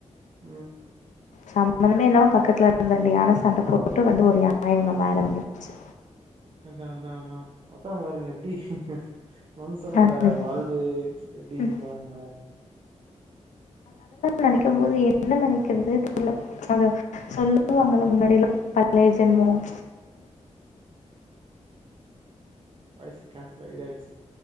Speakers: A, on the right (about 45°); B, on the left (about 80°).
A: ம் ம்
B: சம்பந்தமே இல்லாம பக்கத்துல இருந்த ரெண்டு யானை சண்டை போட்டுக்கிட்டு வந்து ஒரு யானை இவங்க மேல விழுந்துருச்சு
A: அதாதாதா பொத்தா பாருங்க எப்டி மனுஷனோட
B: அதுதான்
A: வாழ்வு எப்டின்னு
B: ம்.
A: பாருங்களே
B: நனைக்கும் போது என்ன நனைக்கிறது தெரியல சொல்லுவாங்கஎல முன்னாடியில பழைய ஜென்மம்
A: வைய்ஸ் கேன்சல் இதா அய்டுச்சு